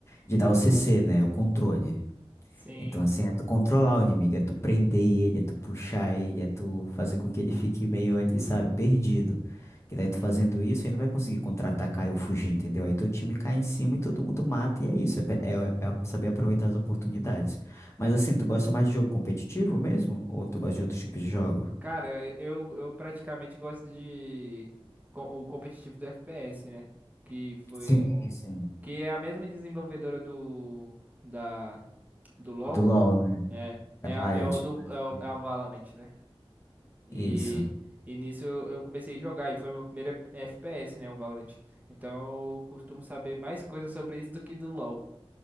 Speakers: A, on the left; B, on the right.
A: de dar o CC, né? O controle.
B: Sim.
A: Então, assim, é tu controlar o inimigo, é tu prender ele, é tu puxar ele, é tu fazer com que ele fique meio ali, sabe, perdido. Que daí tu fazendo isso, ele não vai conseguir contra-atacar ou fugir, entendeu? Aí teu time cai em cima e todo mundo mata, e é isso, é, pe- é, é saber aproveitar as oportunidades. Mas assim, tu gosta mais de jogo competitivo mesmo? Ou tu gosta de outros tipos de jogo?
B: Cara, eu, eu praticamente gosto de co- o competitivo do FPS, né? Que foi
A: Sim, sim.
B: que é a mesma desenvolvedora do da do LoL,
A: Do LoL, né?
B: é
A: Da
B: é,
A: Riot.
B: a- é o do
A: Riot
B: é, o-
A: Games.
B: é a Valorant, né? E
A: Isso.
B: e nisso eu, eu comecei a jogar e foi meu primeiro FPS, né, o Valorant. Então eu costumo saber mais coisas sobre isso do que do LoL.